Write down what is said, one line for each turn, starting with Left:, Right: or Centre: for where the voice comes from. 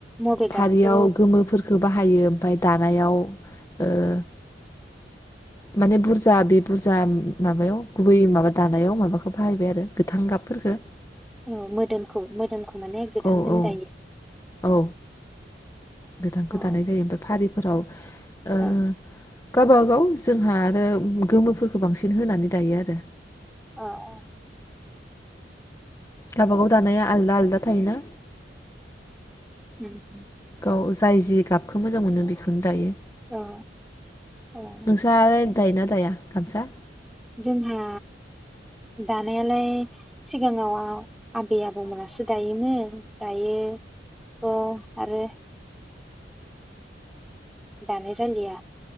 Centre: मबे
Left: फालियाव
Centre: गाबखौ
Left: गोमोफोरखौ बाहायो ओमफ्राय दान दानायाव ओ माने बुरजा बे बुरजा माबायाव गुबै माबा दानायाव माबाखौ बाहायबाय आरो गोथां गाब फोरखो
Centre: औ मोदोमखौ मोदोमखौ माने गोथांखौ
Left: औ औ
Centre: दायो।
Left: औ गोथांखौ
Centre: अ
Left: दानाय जायो ओमफ्राय फारिफोराव ओ
Centre: अ
Left: गावबागाव जोंहा आरो गोमोफोरखौ बांसिन होनानै दायो आरो।
Centre: अ अ
Left: गावबागाव दानाया आलदा आलदा थायोना
Centre: उम अम
Left: गाव जाय जि गाबखौ मोजां मोनो बेखौनो दायो।
Centre: उम अ अ
Left: नोंसा दायोना दाया गामसा?
Centre: जोंहा दानायालाय सिगाङाव। आबै आबौमोनासो दायोमोन। दायोथ आरो दानाय जालिया